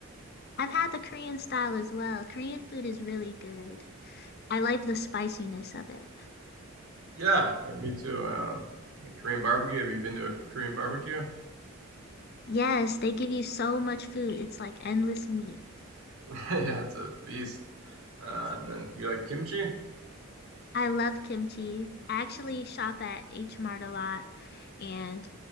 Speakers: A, on the left (about 45°); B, on the right (about 70°).
A: I've had the Korean style as well. Korean food is really good. I like the spiciness of it.
B: Yeah, uh, me too. Um, the Korean barbecue. Have you been to a Korean barbecue?
A: Yes, they give you so much food. It's like endless meat.
B: <laughs> Yeah, it's a feast. Uh, and then, do you like kimchi?
A: I love kimchi. I actually shop at H Mart a lot and